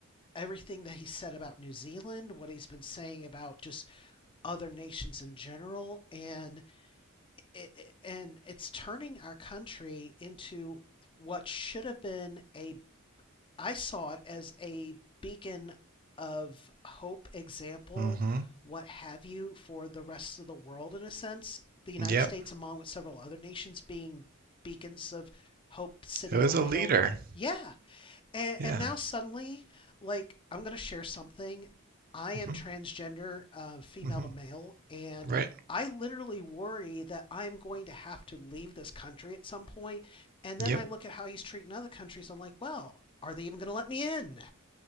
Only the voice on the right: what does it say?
hmm
Yep.
It was
a
leader.
Yeah.
hmm
hmm
Right.
Yep.